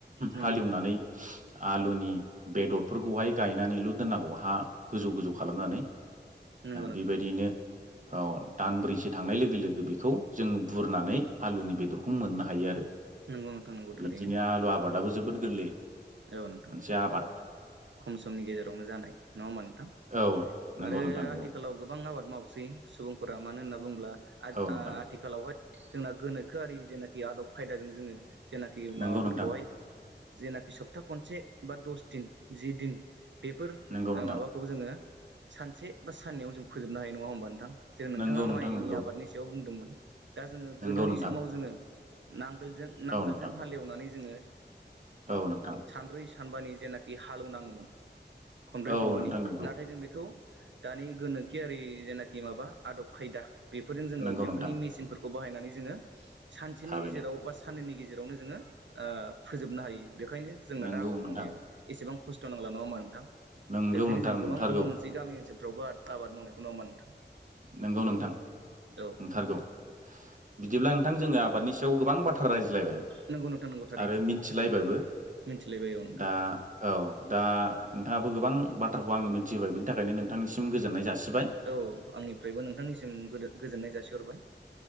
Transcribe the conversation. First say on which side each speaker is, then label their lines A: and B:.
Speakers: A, on the right; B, on the right.
A: नंगौ
B: हालेवनानै
A: नंगौ नोंथां
B: आलुनि बेदरफोरखौहाय गायनानैल' दोननांगौ हा गोजौ गोजौ खालामनानै
A: नंगौ नोंथां
B: बेबायदिनो औ दानब्रैसो थांनाय लोगो लोगो - लोगो बेखौ जों बुरनानै आलुनि बेदरखौ मोननो हायो आरो
A: नंगौ नोंथां नंगौ थारैनो
B: बिदिनो आलु आबादाबो जोबोद गोरलै मोनसे
A: औ नोंथां
B: आबाद।
A: खम समनि गेजेरावनो जानाय नङा होमबा नोंथां।
B: औ नंगौ
A: आरो
B: नोंथां नंगौ
A: आथिखालाव गोबां आबाद मावसै सुबुंफोरा मानो होनना बुंङोब्ला। आथिखालावहाय
B: औ नोंथां
A: जोंना गोनोखोआरि जेनाखि आदब खायदाजों जोङो। जेनाखि माबाफोरखौहाय
B: नंगौ नोंथां
A: जेनाखि सप्ता खनसे बा दस दिन जि दिन बेफोर
B: नंगौ नोंथां
A: माबाखौ जोङो सानसे बा साननैयाव जों फोजोबनो हायो नङा होमबा नोंथां जों नोंथाङा
B: नंगौ नोंथां
A: माइनि
B: नंगौ
A: आबादनि सायाव बुंदोंमोन दा जोङो
B: नंगौ
A: गोदोनि
B: नोंथां
A: समाव जोङो नांगोलजों नांगोलजों
B: औ नोंथां
A: हालेवनानै जोङो
B: औ नोंथां।
A: सानब्रै सानबानि जेनाखि हालौवनाङोमोन खनब्रै
B: औ
A: खनबानि
B: नोंथां नंगौ
A: नाथाय जों बेखौ दानि गोनोखिआरारि जेनाखि माबा आदब खायदा बेफोरजों जोङो
B: नंगौ
A: बेफोरनि
B: नोंथां
A: मेसिनफोरखौ बाहायनानै जोङो सानसेनि
B: थाबैनो
A: गेजेराव बा साननैनि गेजेराव गेजेरावनो जोङो फोोबनो हायो बेनिखायनो जोंनो
B: नंगौ
A: दा आबाद
B: नोंथां
A: मावनायाव एसेबां खस्थ' खस्थ' नंला नङा होनबा नोंथां
B: नंगौ
A: बेखायनो
B: नोंथां
A: जों
B: नंथारगौ
A: गोबां नुनो मोनसै गामि ओनसोलफ्रावबो आबाद मावनायखौ नङा‌ होनबा नोंथां।
B: नंगौ नोंथां।
A: औ
B: नोंथारगौ
A: नोंथां
B: बिदिब्ला नोंथां जोङो आबादनि सायाव गोबां बाथ्रा रायज्लायबाय।
A: नंगौ नोंथां नंगौ थारैनो
B: आरो मिन्थिलायबाबो।
A: मिथिलायबाय औ नोंथां
B: दा औ दा नोंथाङाबो गोबां बाथ्राखौ आंनो मिथिहोबाय बेनि थाखायनो नोंथांनिसिम गोजोननाय जासि
A: औ आंनिफ्रायबो नोंथांनिसिम गोजोननाय जासिहरबाय